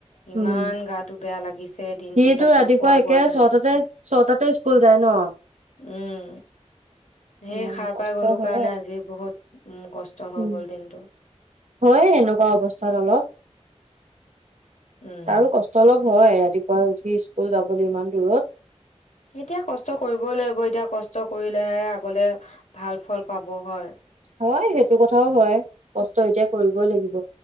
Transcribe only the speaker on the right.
উম,
সিটো
ৰাতিপুৱা
একে
ছটাতে ছটাতে স্কুল যায় ন?
অ',
কষ্ট
হয়,
উম,
হয় এনেকুৱা অৱস্থাত অলপ।
তাৰো কষ্ট অলপ হয় ৰাতিপুৱা পুৱাই উঠি স্কুল যাবলৈ ইমান দূৰত,
হয় সেইটো কথাও হয়, কষ্ট এতিয়া কৰিবই লাগিব।